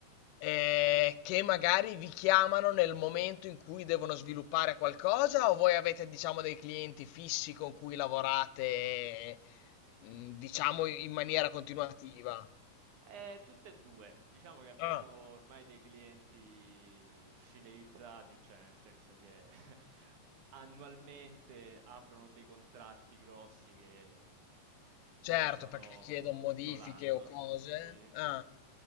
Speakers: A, on the left; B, on the right.
A: eh, che magari vi chiamano nel momento in cui devono sviluppare qualcosa o voi avete, diciamo, dei clienti fissi con cui lavorate, mm, diciamo, in maniera continuativa?
B: Eh, tutte e due, diciamo che abbiamo
A: Ah.
B: ormai dei clienti fidelizzati, cioè nel senso che <laughs> annualmente aprono dei contratti grossi che coprono
A: Certo, perché chiedono
B: tutto
A: modifiche
B: l'anno,
A: o cose.
B: sì.
A: Ah.